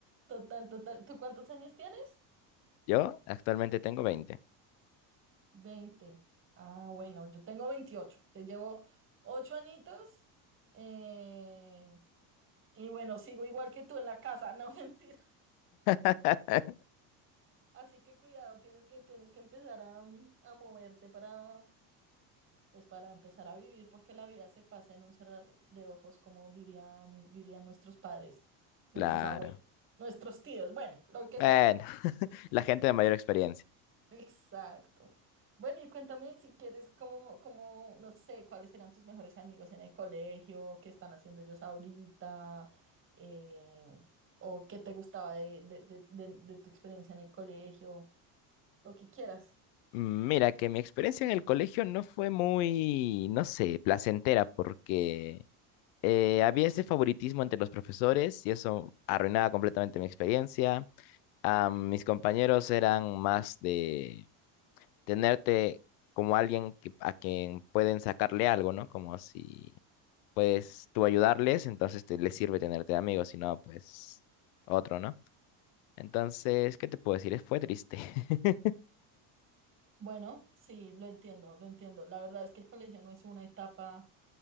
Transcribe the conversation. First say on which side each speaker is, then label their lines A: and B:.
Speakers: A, on the right (about 30°); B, on the left (about 85°).
A: total, total. ¿Tú cuántos años tienes?
B: Yo actualmente tengo veinte.
A: veinte Ah, bueno, yo tengo veintiocho Te llevo ocho añitos. eh, y bueno, sigo igual que tú en la casa, <laughs> no mentir.
B: <laughs>
A: Así que cuidado, tienes que, tienes que empezar a, mm, a moverte para, pues para empezar a vivir, porque la vida se pasa en un cerrar de ojos, como dirían, dirían nuestros padres, nuestros
B: Claro.
A: abuelos, nuestros tíos, bueno, lo que
B: Bueno,
A: sea.
B: <laughs> la gente de mayor experiencia.
A: Exacto. Bueno, y cuéntame si quieres, como, como, no sé, cuáles eran tus mejores amigos en el colegio, qué están haciendo ellos ahorita, eh, o qué te gustaba de, de, de, de de tu experiencia en el colegio, lo que quieras.
B: Mm, Mira, que mi experiencia en el colegio no fue muy, no sé, placentera porque eh, había ese favoritismo entre los profesores y eso arruinaba completamente mi experiencia. Ah, mis compañeros eran más de tenerte como alguien que- a quien pueden sacarle algo, ¿no? Como si puedes tú ayudarles, entonces te, les sirve tenerte de amigo, si no, pues otro, ¿no? Entonces, ¿qué te puedo decir? Fue triste. <laughs>
A: Bueno, sí, lo entiendo, lo entiendo. La verdad es que el colegio no es una etapa